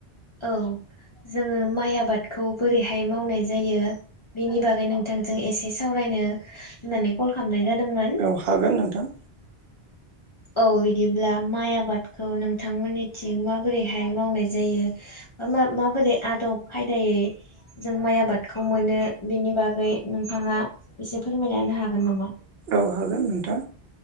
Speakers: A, on the left; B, on the right.
A: औ। जोङो माइ आबादखौ बोरैहाय मावनाय जायो? बेनि बागै नोंथांजों एसे सावरायनो होननानै कल खालामनाय जादोंमोन।
B: औ हागोन नोंथां।
A: औ बिदिब्ला माइ आबादखौ नोंथांमोननिथिं माबोरैहाय मावनाय जायो? मा माबोरै आदब खायदायै जों माइ आबादखौ मोनो बेनि बागै नोंथाङा एसे फोरमायना होनो हागोन नामा?
B: औ हागोन नोंथां